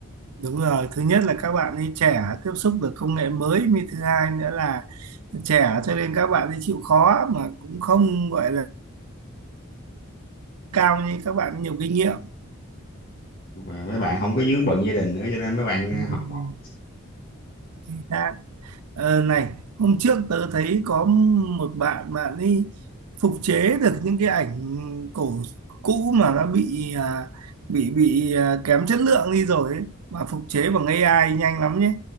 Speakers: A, on the right (about 85°); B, on the left (about 45°).
A: Đúng rồi, thứ nhất là các bạn ấy trẻ tiếp xúc được công nghệ mới, mới thứ hai nữa là trẻ cho nên các bạn ấy chịu khó mà cũng không gọi là cao như các bạn nhiều kinh nghiệm.
B: mà mấy bạn không có vướng bận gia đình nữa cho nên mấy bạn
A: Ừ.
B: học học
A: Chính xác. Ờ, này, hôm trước tớ thấy có một bạn bạn ấy phục chế được những cái ảnh cổ cũ mà nó bị à, bị bị à, kém chất lượng đi rồi ấy, mà phục chế bằng AI nhanh lắm nhé.